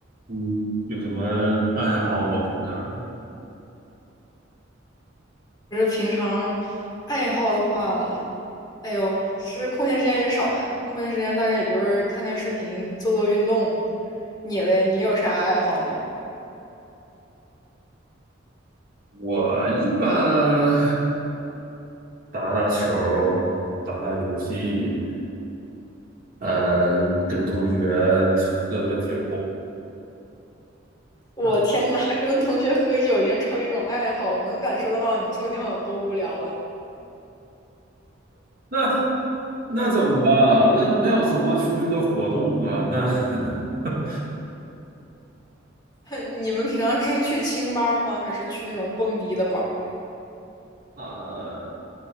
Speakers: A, on the right; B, on the left.
A: 嗯，有什么爱好吗？平常
B: 不是平常爱好的话，哎呦，是空闲时间也少呀。空闲时间大概也就是看看视频、做做运动。你嘞，你有啥爱好没？
A: 我一般打打球儿打打游戏，嗯，跟同学喝个酒，
B: 我天呐，
A: 嗯，
B: <laughs> 跟同学喝酒已经成一种爱好了，能感受到你住的地方有多无聊了。
A: 那那怎么办啊？那没有什么出去的活动啊，那 <laughs>
B: <laughs> 你们平常是去清吧儿吗？还是去那种蹦迪的班儿？
A: 啊，